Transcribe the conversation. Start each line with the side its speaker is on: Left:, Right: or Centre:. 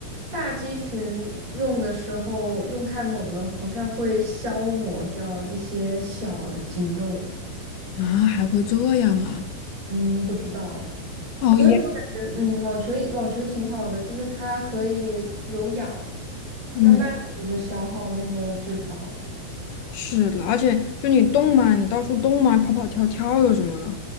Right: 大肌群用的时候用太猛了，好像会消磨掉一些小的肌肉。
Left: 啊，还会这样啊？
Right: 嗯，不知道，
Left: 哦耶，
Right: 所以我感觉，嗯，网球网球挺好的，就是它可以有氧，
Left: <laughs> 嗯，
Right: 慢慢的就是消耗那个脂肪。
Left: 是的，而且就你动嘛，你到处动嘛，跑跑跳跳的什么的，